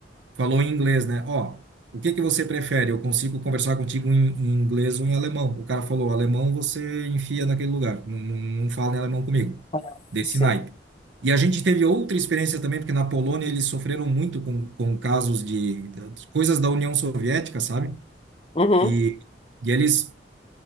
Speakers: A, on the right; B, on the left.
A: Falou em inglês, né? Ó, o que que você prefere? Eu consigo conversar contigo em, em inglês ou em alemão? O cara falou, alemão você enfia naquele lugar. Não, não, não fala em alemão comigo.
B: Ah,
A: Desse
B: Sim.
A: naipe. E a gente teve outra experiência também, porque na Polônia eles sofreram muito com, com casos de, de coisas da União Soviética, sabe?
B: Uhum,
A: E, e eles